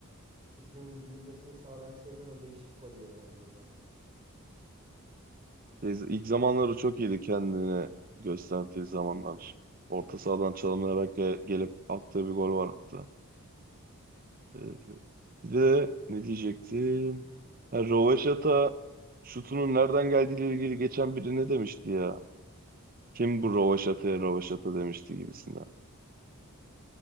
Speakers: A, on the right; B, on the right.
A: isminin bilinmesini sağlayan şeyler o değişik golleri bence zaten.
B: Biz ilk zamanları çok iyiydi kendini gösterdiği zamanlar. Orta sahadan çalımlayarak ge- gelip attığı bir gol var hatta. Ee, bir de ne diyecektim? Ha, Rovaşata şutunun nereden geldiğiyle ilgili geçen biri ne demişti ya? Kim bu Rovaşata'ya Rovaşata demişti gibisinden.